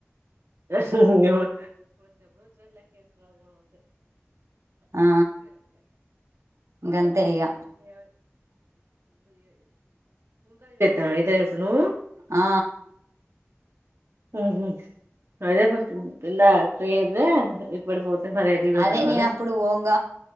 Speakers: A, on the right (about 65°); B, on the right (about 85°).
A: <unintelligible> అంతే <unintelligible>
B: ఆ గంతే ఇగ
A: <unintelligible> అయితే ఇప్పుడు నువ్వు
B: ఆ
A: <unintelligible> పోతున్నావ్
B: అదే నేన
A: అని
B: అప్పుడు ఓంగ